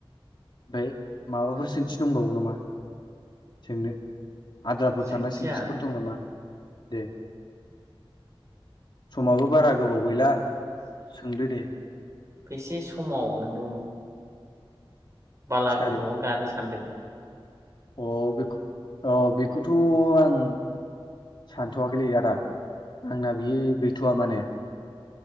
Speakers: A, on the left; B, on the right.
A: ओमफाय माबाफोर सोंथि दंबावो नामा सोंनो? आद्राफोर
B: सोंथिया
A: थानाय सोंथि। दं नामा दे समाबो बारा गोबाव गैला सोंदो दे।
B: एसे समाव नोङो बाला
A: सिखारो
B: गुदुंङाव गानो सान्दों
A: अ बेख अ बेखौथ' आं सानथ'वाखैलै आदा आंना बियो गैथ'वा माने